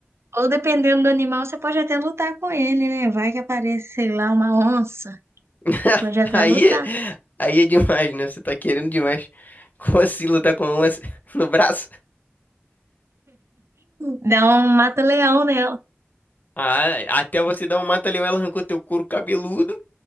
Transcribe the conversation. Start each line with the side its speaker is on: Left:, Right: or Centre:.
Right: Ou dependendo do animal, você pode até lutar com ele, né? Vai que aparece, sei lá, uma onça.
Left: <laughs>
Right: Pode até
Left: Aí,
Right: lutar.
Left: aí é demais, né? Você tá querendo demais. <laughs> Como assim lutar com a lança <laughs> no braço?
Right: Dá um mata-leão nela.
Left: Ah, até você dar um mata-leão, ela arrancou teu couro cabeludo,